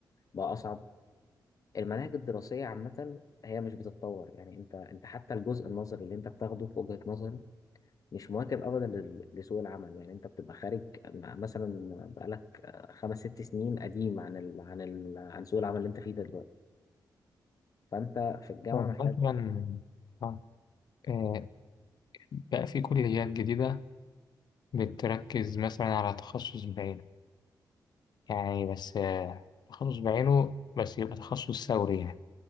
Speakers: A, on the left (about 50°); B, on the left (about 65°).
A: بقى أصعب المناهج الدراسية عامة هي مش بتتطور يعني انت انت حتى الجزء النظري اللي انت بتاخده في وجهة نظري مش مواكب ابدا لل- لسوق العمل يعني انت بتبقى خارج م- مثلا بقالك آه، خمس ست سنين قديم عن ال... عن ال... عن سوق العمل اللي انت فيه ده دلوقتي فانت في الجامعة
B: طب
A: محتاج
B: مثلا آه، آه، بقى في كليات جديدة بتركز مثلا على تخصص بعينه يعني بس آه، تخصص بعينه بس يبقى تخصص ثوري يعني